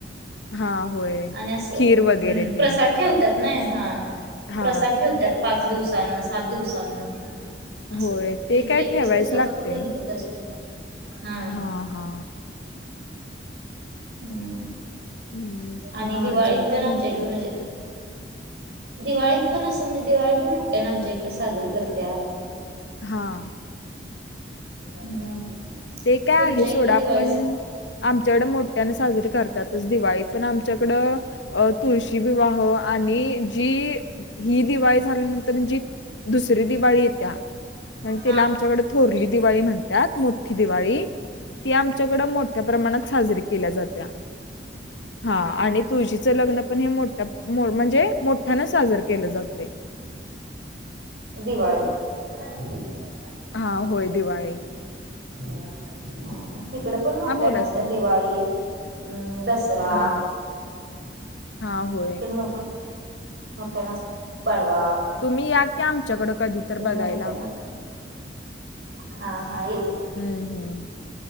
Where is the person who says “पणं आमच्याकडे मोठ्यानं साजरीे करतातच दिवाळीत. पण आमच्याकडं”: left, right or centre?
Left